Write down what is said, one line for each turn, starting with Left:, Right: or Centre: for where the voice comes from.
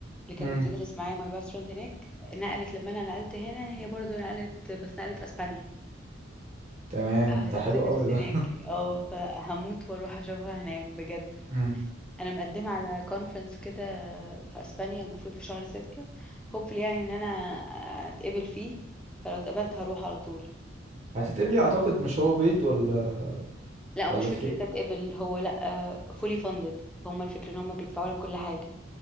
Centre: اللي كانت
Right: امم
Centre: بتدرس معايا ماي باست فريند هناك نقلت لما انا نقلت هنا هي برضو نقلت بس نقلت اسبانيا
Right: تمام
Centre: فقاعده
Right: ده حلو
Centre: بتدرس
Right: قوي ده
Centre: هناك اه فهموت واروح اشوفها هناك بجد
Right: امم
Centre: انا مقدمه على كونفرنس كده في اسبانيا المفروض في شهر ستة hopefully يعني ان انا اتقبل فيه فلو اتقبلت هروح على طول
Right: هتتقبلي اعتقد مش هو بيض ولا
Centre: لا ومش
Right: ولا
Centre: فكرة
Right: فري
Centre: تتقبل هو لا فولي فاندد هما الفكرة ان هما بيدفعوا لك كل حاجة